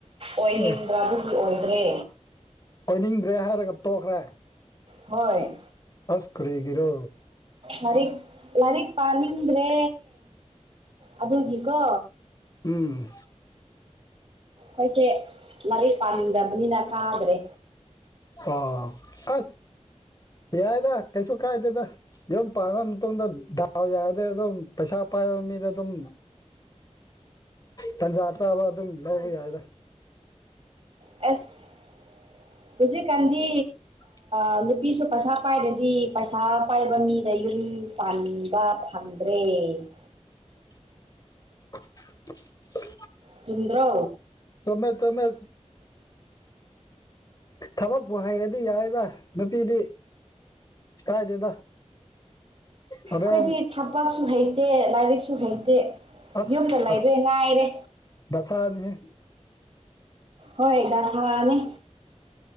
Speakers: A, on the right; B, on the left.
A: ꯑꯣꯏꯅꯤꯡꯗ꯭ꯔꯥꯕꯒꯤ
B: ꯑꯦ
A: ꯑꯣꯏꯗ꯭ꯔꯦ
B: ꯑꯣꯏꯅꯤꯡꯗ꯭ꯔꯦ ꯍꯥꯏꯔꯒ ꯇꯣꯛꯈ꯭ꯔꯦ
A: ꯍꯣꯏ
B: ꯑꯥꯁ ꯀ꯭ꯔꯤꯒꯤꯔꯣ
A: ꯂꯥꯏꯔꯤꯛ-ꯂꯥꯏꯔꯤꯛ ꯄꯥꯅꯤꯡꯗ꯭ꯔꯦ ꯑꯗꯨꯒꯤꯀꯣ
B: ꯎꯝ
A: ꯈꯣꯏꯁꯦ ꯂꯥꯏꯔꯤꯛ ꯄꯥꯅꯤꯡꯗꯕꯅꯤꯅ ꯐꯥꯗ꯭ꯔꯦ
B: ꯑꯣꯑꯣ ꯑꯥꯁ ꯌꯥꯏꯗ ꯀꯩꯁꯨ ꯀꯥꯏꯗꯦꯗ ꯌꯨꯝ ꯄꯥꯟꯕꯥ ꯃꯇꯨꯡꯗ ꯗꯥꯎ ꯌꯥꯔꯗꯤ ꯑꯗꯨꯝ ꯄꯩꯁꯥ ꯄꯥꯏꯕ ꯃꯤꯗ ꯑꯗꯨꯝ ꯇꯟꯖꯥ- ꯆꯥꯕ ꯑꯗꯨꯝ ꯂꯧꯕ ꯌꯥꯏꯗ
A: ꯑꯦꯁ ꯍꯧꯖꯤꯛ ꯀꯥꯟꯗꯤ
B: INAUDIBLE
A: ꯑꯥ ꯅꯨꯄꯤꯁꯨ ꯄꯩꯁꯥ ꯄꯥꯏꯔꯗꯤ ꯄꯩꯁꯥ ꯄꯥꯏꯕ ꯃꯤꯗ ꯌꯨꯝ ꯄꯥꯟꯕ ꯐꯪꯗ꯭ꯔꯦ INAUDIBLE
B: INAUDIBLE INAUDIBLE
A: ꯆꯨꯝꯗ꯭ꯔꯣ
B: ꯆꯨꯝꯃꯦ ꯆꯨꯝꯃꯦ ꯊꯥꯕꯛꯄꯨ ꯍꯩꯔꯗꯤ ꯌꯥꯏꯗ ꯅꯨꯄꯤꯗꯤ ꯀꯥꯏꯗꯦꯗ ꯍꯣꯔꯦꯟ
A: ꯈꯣꯏꯗꯤ ꯊꯕꯛꯁꯨ ꯍꯩꯇꯦ ꯂꯥꯏꯔꯤꯛꯁꯨ ꯍꯩꯇꯦ
B: ꯑꯁ
A: ꯌꯨꯝꯗ ꯂꯩꯗꯣꯏ
B: ꯑꯁ
A: ꯉꯥꯏꯔꯦ
B: ꯗꯁꯥꯅꯤꯍꯦ
A: ꯍꯣꯏ ꯗꯁꯥꯅꯤ